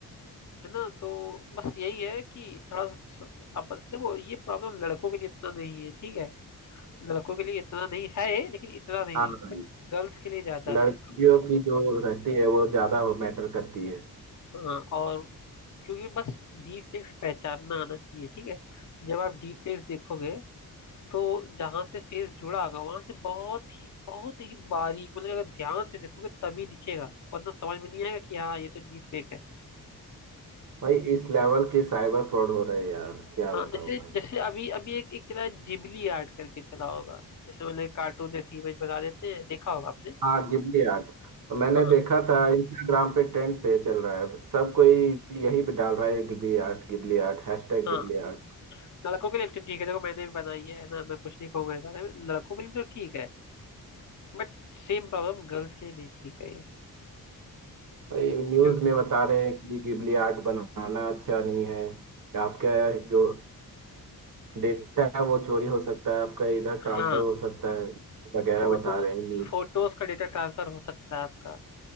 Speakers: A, on the left; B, on the right.
A: है ना तो बस यही है कि थोड़ा सा अपन देखो ये प्रॉब्लम लड़कों के लिए इतना नहीं है ठीक है लड़कों के लिए इतना नहीं है लेकिन इतना नहीं
B: हाँ
A: है
B: भाई
A: बट गर्ल्स के लिए ज्यादा
B: लड़कियों
A: है ये प्रॉब्लम
B: की जो रहती है वो ज्यादा मैटर करती है
A: हाँ और क्योंकि बस डीप फेक्स पहचानना आना चाहिए ठीक है जब आप डीप फेक्स देखोगे तो जहां से फेस जुड़ा होगा वहां से बहुत ही बहुत ही बारीक मतलब अगर ध्यान से देखोगे तभी दिखेगा वरना समझ में नहीं आएगा कि हाँ ये तो डीप फेक है
B: भाई इस लेवल के साइबर फ्रॉड हो रहे हैं यार क्या
A: हाँ
B: बताऊं
A: जैसे
B: भाई
A: जैसे अभी अभी एक एक चला है, जिबली आर्ट करके चला होगा जैसे मतलब कार्टून जैसी इमेज बना देते हैं देखा होगा आपने
B: हाँ गिबली आर्ट मैंने
A: हाँ
B: देखा था इंस्टाग्राम पे ट्रेंड पे चल रहा है सब कोई यही पे डाल रहा है Ghibli art Ghibli art hashtag
A: हाँ
B: Ghibli art
A: लड़कों के लिए तो ठीक है देखो मैंने भी बनाई है है ना मैं कुछ नहीं कहूंगा इस बारे में लड़कों के लिए तो ठीक है बट सेम प्रॉब्लम गर्ल्स के लिए नहीं ठीक है ये
B: भाई न्यूज़
A: क्यों
B: में बता रहे हैं कि गिबली आर्ट बनाना अच्छा नहीं है कि आपका जो डेटा है वो चोरी हो सकता है आपका इधर ट्रांसफर
A: हाँ
B: हो सकता है वगैरह
A: फोटोज
B: बता रहे हैं न्यूज़
A: फोटोज का डेटा ट्रांसफर हो सकता है आपका